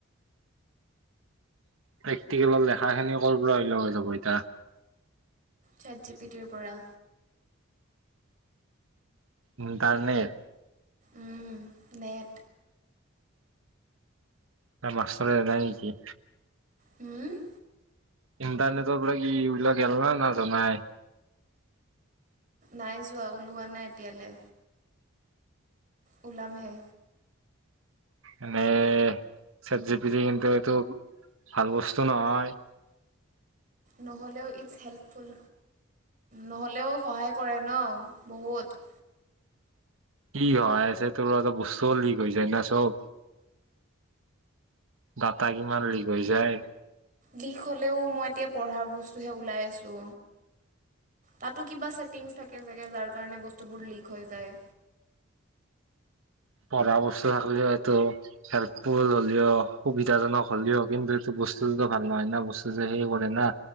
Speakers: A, on the right; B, on the right.
A: প্ৰেক্টিকেলৰ লেখাখিনি ক'পৰা হৈ যাব এতিয়া।
B: চাট জি পি টিৰ পৰা।
A: ইনটানেত
B: উম', নেট।
A: মাষ্টৰে এনাই নেকি?
B: হম', !
A: ইণ্টাৰনেটৰ পৰা কি এইবিলাক গ'ল নে নাই?
B: নাই যোৱা ওলোৱা নাই এতিয়ালৈ। ওলাম হে।
A: এনে চাট জি পি কিন্তু এইটো ভাল বস্তু নহয়।
B: নহ'লেও ইটছ হেল্পফুল নহ'লেও সহায় কৰে ন' বহুত।
A: কি হয় আছে তোৰত বস্তুও লিক হৈ যায় না চব। ডাটা কিমান লিক হৈ যায়।
B: লিক হলেওঁ মই এতিয়া পঢ়াৰ বস্তুহে ওলাই আছো, তাতো কিবা চটিংছ থাকে চাগে যাৰ কাৰণে বস্তুবোৰ লীক হৈ যায়।
A: পঢ়া বস্তু থাকিল হয়টো হেল্পফুল হ'লেও, সুবিধাজনক হ'লেও, কিন্তু এইটো বস্তুটোতো ভাল নহয় না বস্তু যে সেই কৰে না।